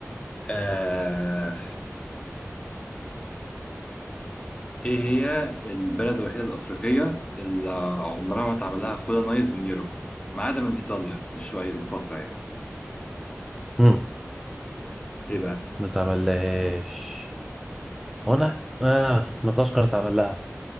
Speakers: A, on the left; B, in the centre.
A: آه ايه هي البلد الوحيدة الأفريقية اللي عمرها ما اتعمل لها كولونايز من يوروب ما عدا من إيطاليا لشوية لفترة يعني
B: مم،
A: ايه
B: ما تعملهاش هو انا اه مدغشقر اتعمل لها